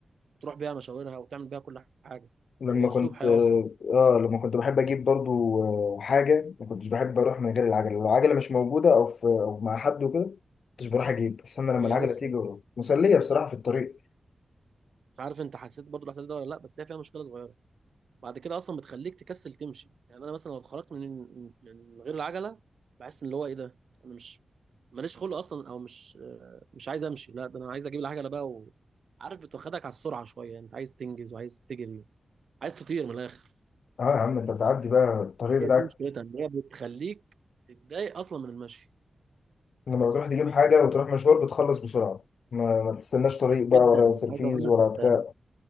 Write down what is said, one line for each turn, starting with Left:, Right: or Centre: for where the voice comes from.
Right: وتروح بيها مشاورها وتعمل بيها كل حاجه
Left: لما
Right: هو
Left: كنت
Right: اسلوب حياه
Left: اه
Right: اصلا
Left: آه، لما كنت بحب اجيب برضو آه، حاجه ما كنتش بحب اروح من غير العجله لو العجله مش موجوده او في او مع حد وكده ما كنتش بروح اجيب استنى لما
Right: هي
Left: العجله
Right: بس
Left: تيجي وأروح. مسليه بصراحه في الطريق
Right: مش عارف انت حسيت برضو الاحساس ده ولا لا بس هي فيها مشكله صغيره بعد كده اصلا بتخليك تكسل تمشي يعني انا مثلا لو اتخرجت من من غير العجله بحس ان اللي هو ايه ده انا مش ماليش خلق اصلا او مش آه، مش عايز امشي لا ده انا عايز اجيب العجله بقى و... عارف بتوخدك على السرعه شويه انت عايز تنجز وعايز تجري عايز تطير من الاخر
Left: اه يا عم انت بتعدي بقى الطريق بتاعك
Right: هي دي مشكلتها ان هي بتخليك تتضايق اصلا من المشي
Left: لما بتروح تجيب حاجة وتروح مشوار بتخلص بسرعة ما, ما تستناش طريق بقى
Right: جدا
Left: ولا سرفيز
Right: ده انا عايز اقول لك
Left: ولا
Right: بت...
Left: بتاع